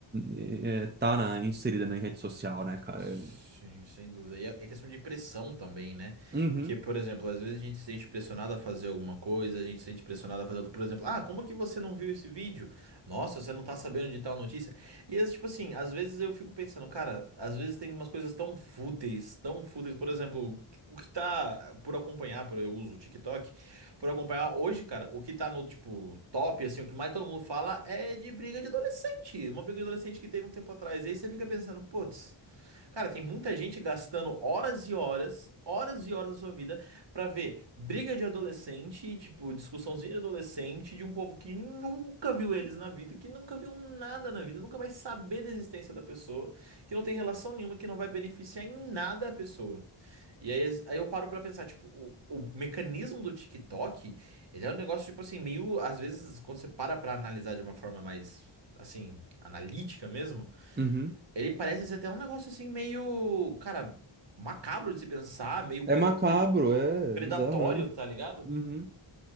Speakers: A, on the right; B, on the right.
A: é, é, tá na, inserida na rede social, né, cara?
B: Sim, sem dúvida. E a- é questão de pressão também, né?
A: Uhum,
B: Porque, por exemplo, às vezes a gente se sente pressionado a fazer alguma coisa, a gente se sente pressionado a fazer outra. Por exemplo, ah, como que você não viu esse vídeo? Nossa, você não tá sabendo de tal notícia? E, às- tipo assim, às vezes eu fico pensando, cara, às vezes tem umas coisas tão fúteis, tão fúteis. Por exemplo, o que tá por acompanhar, por eu uso o TikTok, por acompanhar hoje, cara, o que tá no, tipo, top, assim, o que mais todo mundo fala é de briga de adolescente. Uma briga de adolescente que teve um tempo atrás. E aí você fica pensando, putz. Cara, tem muita gente gastando horas e horas, horas e horas da sua vida pra ver briga de adolescente, tipo, discussãozinha de adolescente de um povo que nunca viu eles na vida, que nunca viu nada na vida, nunca vai saber da existência da pessoa, que não tem relação nenhuma, que não vai beneficiar em nada a pessoa. E aí, aí eu paro pra pensar, tipo, o, o mecanismo do TikTok, ele é um negócio, tipo assim, meio, às vezes, quando você para pra analisar de uma forma mais, assim, analítica mesmo,
A: uhum.
B: ele parece ser até um negócio assim meio, cara, macabro de se pensar, meio
A: É
B: pre-
A: macabro,
B: pre-
A: é
B: predatório,
A: é bizarro mesmo.
B: tá ligado?
A: Uhum.